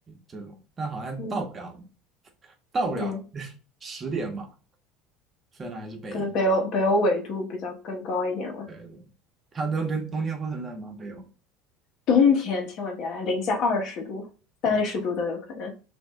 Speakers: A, on the right; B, on the left.
A: 这种，但好像到不了，
B: 嗯
A: 到不了
B: 嗯，
A: <laughs> 十点吧，虽然还是北一。
B: 可能北欧北欧纬度比较更高一点了。
A: 对对，它冬冬冬天会很冷吗？北欧，
B: 冬天千万别来，零下二十度、三十度都有可能。
A: 我靠